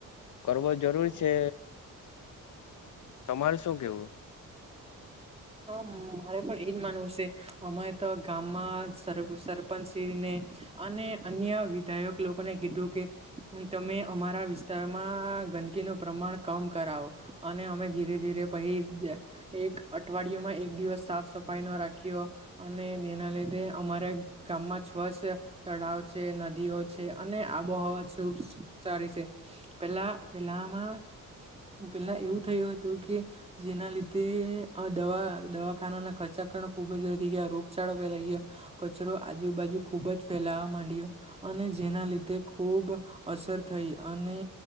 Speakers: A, on the left (about 60°); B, on the right (about 20°).
A: કરવો, જરૂરી છે, તમારું શું કેવું.
B: હમ મારે પણ એજ માનવું છે, અમે તો ગામમાં શરમ. સરપંચ ને અને <inaudible> અન્ય વિધાયક લોકોને કીધું કે તમે અમારા તેમાં ગંદકીનું પ્રમાણ કમ કરાવો અને અમે ધીરે ધીરે પછી. એક અઠવાડિયયોમાં એક એક દિવસ સાફ સફાઈ ન રાખીયો અને તેના લીધે અમારા ગામમાં સ્વચ્છ તળાવ છે, નદીઓ છે, અને આબોહવા શુભ સારી છે, પેલા પેલામાં પેલા એવું થયું હતું કે જેના લીધે આ દવા દવાખાના ના ખર્ચા પણ ખુબ જ વધી ગયા રોગચાળો ફેલાઈ ગયો, કચરો આજુબાજુ ખુબ જ ફેલા લાવવા માંડયો અને જેના લીધે ખુબ અસર થઈ અને